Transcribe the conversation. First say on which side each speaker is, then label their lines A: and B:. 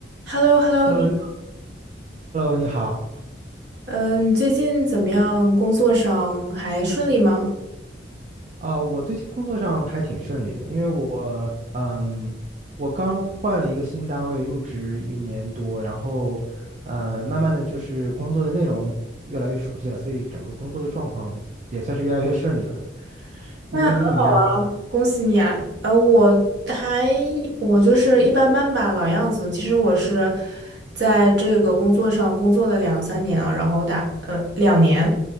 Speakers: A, on the right; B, on the right.
A: h e l l o h e l l
B: Hello，Hello，
A: o 你
B: 你好。
A: 呃，你最近怎么样？工作上还顺利吗？
B: 啊、我最近工作上还挺顺利的，因为我，嗯，我刚换了一个新单位，入职一年多，然后，嗯、慢慢的就是工作的内容越来越熟悉了，所以整个工作的状况也算是越来越顺利了。
A: 那很好啊，
B: 你呢？你怎么样？
A: 恭喜你啊！呃，我还我就是一般般吧，老样子。其实我是在这个工作上工作了两三年啊，然后打呃两年，